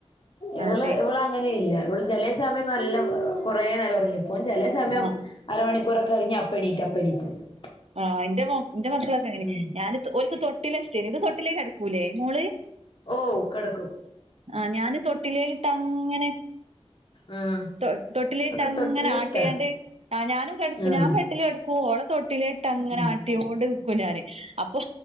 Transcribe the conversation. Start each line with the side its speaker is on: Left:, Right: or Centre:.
Left: ഇവള്
Right: അതെ
Left: ഇവളങ്ങനെല്ല ഇവള് ചെലേ സമയം നല്ല കൊറെ നേരം <unintelligible> ഓൻ ചെലെ സമയം
Right: ആഹ്
Left: അരമണിക്കൂറൊക്കെ കഴിഞ്ഞ് അപ്പ എണീറ്റ് അപ്പ എണീട്ട് വരും
Right: ആ എന്റെ <unintelligible> എന്റെ മക്കളൊക്കെങ്ങനെ
Left: ഉം
Right: ഞാന് ഓൽക് തൊട്ടില് ഇഷ്ന്ന് ഇത് തൊട്ടില് കെടക്കൂലേ മോള്
Left: ഓ കെടക്കും
Right: ആ ഞാന് തൊട്ടിലേലിട്ട് അങ്ങനെ
Left: ഉം
Right: <inaudible> തൊട്ടില്
Left: അവക്ക്
Right: ഇട്ട് അങ്ങനെ
Left: തൊട്ടിലിന്റെ
Right: ആട്ടായാണ്ട്
Left: ഇഷ്ടാ
Right: ആ ഞാനും <unintelligible>
Left: ആ
Right: ഞാൻ ബെഡിൽ <unintelligible> <unintelligible> ഓള തൊട്ടിലിട്ട് അങ്ങനെ
Left: ആ
Right: ആട്ടിയോണ്ട് നിക്കും ഞാന് അപ്പൊ